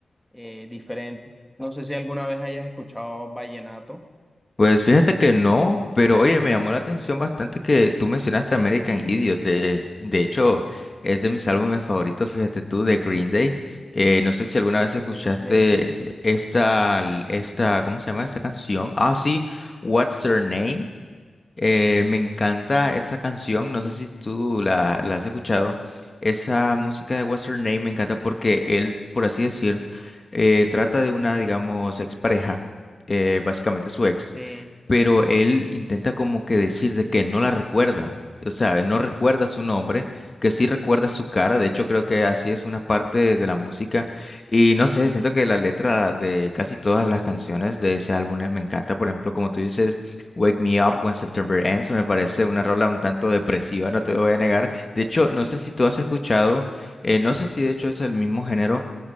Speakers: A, in the centre; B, on the left.
A: eh, diferente. No sé si alguna vez hayas escuchado vallenato.
B: Pues fíjate que no, pero oye, me llamó la atención bastante que tú mencionaste American Idiot. De, de hecho, es de mis álbumes favoritos, fíjate tú, de Green Day. Eh, no sé si alguna vez escuchaste
A: Green Day, sí.
B: eh, esta, esta, ¿cómo se llama esta canción? Ah, sí, What's Her Name. Eh, me encanta esa canción, no sé si tú la, la has escuchado. Esa música de What's Her Name me encanta porque él, por así decir, eh, trata de una, digamos, expareja, eh, básicamente su ex,
A: Sí,
B: pero él intenta como que decir de que no la recuerda, o sea, no recuerda su nombre, que sí recuerda su cara,
A: ok.
B: de hecho creo que así es una parte de la música y no sé, siento que la letra de casi todas las canciones de ese álbum me encanta, por ejemplo, como tú dices. Wake Me Up When September Ends me parece una rola un tanto depresiva, no te voy a negar. De hecho, no sé si tú has escuchado, eh, no sé si de hecho es el mismo género,